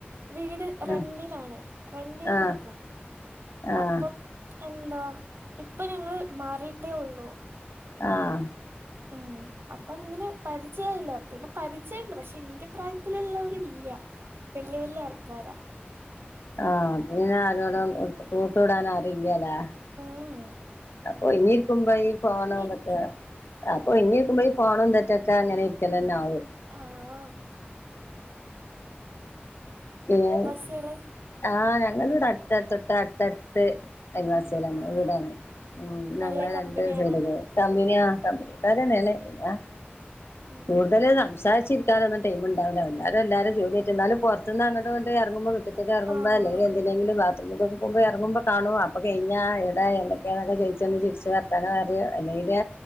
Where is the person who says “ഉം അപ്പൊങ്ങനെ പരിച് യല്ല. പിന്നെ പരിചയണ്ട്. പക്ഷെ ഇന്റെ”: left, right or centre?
Right